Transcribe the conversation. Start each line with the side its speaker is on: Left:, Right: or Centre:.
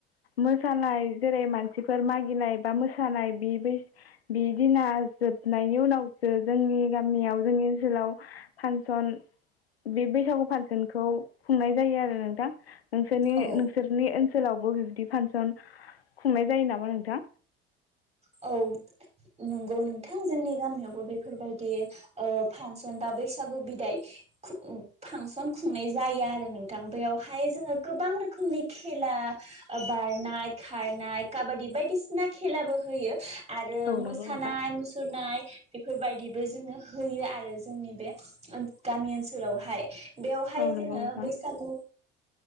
Left: मोसानाय जेरै मानसिफोर मागिनाय बा मोसानाय बि बि बिदिना जोबनायनि उनावसो जोंनि गामियाव जोंनि ओनसोलाव फानसन बे बैसागु फानसनखौ खुंनाय जायो आरो नोंथां। नोंसोरनि
Right: औ
Left: नोंसोरनि ओन सोलावबो बिबदि फांसन खुंनाय जायो नामा नोंथां?
Right: औ नोंगौ नोंथां, जोंनि गामियावबो बेफोरबायदि ओ फांसन बा बैसागु बिदाय खुं फांसन खुंनाय जायो आरो नोंथां बेवहाय जोङो गोबां रोखोमनि खेला ओ बारनाय खारनाय काबादि बायदिसिना खेलाबो होयो आरो
Left: औ
Right: मोसानाय
Left: नंगौ नोंथां।
Right: मुसुरनाय इफोरबायदिबो जोङो होयो आरो जोंनि बे ओ गामि ओनसोलावहाय । बेवहाय
Left: औ
Right: जोङो
Left: नंगौ नोंथां
Right: बैसागु